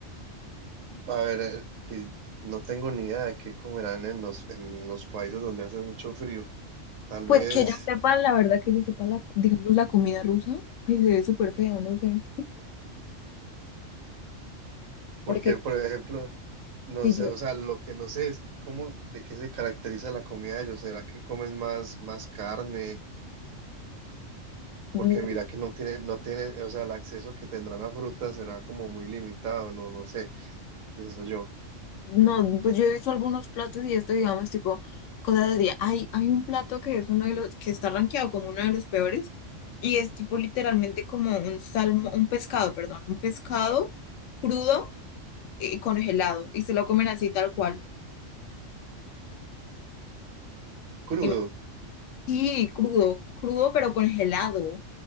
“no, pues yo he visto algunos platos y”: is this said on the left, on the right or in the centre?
Left